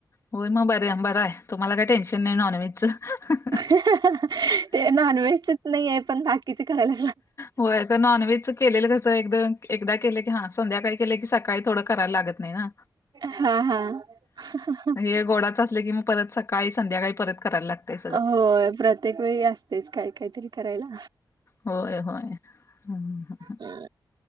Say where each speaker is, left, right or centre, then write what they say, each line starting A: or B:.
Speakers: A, on the left; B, on the right.
A: होय मग बर बरं आहे तुम्हाला काय टेन्शन नाही नॉन व्हेजच. <unintelligible>
B: <unintelligible> ते नॉनव्हेजच नाहीये पण बाकी. किती करायला.
A: होय का नॉन व्हेज केलेलं कसं एकदम. एकदा केलं की हां संध्याकाळी केले की सकाळी थोडं करायला लागत नाही ना.
B: हा हा. <unintelligible>
A: हे गोडाच असले की मग परत सकाळी संध्याकाळी परत करायला लागतय.
B: होय प्रत्य. प्रत्येक वेळी असतेच काही काहीतरी करायला.
A: होय होय ह.
B: <inaudible> अ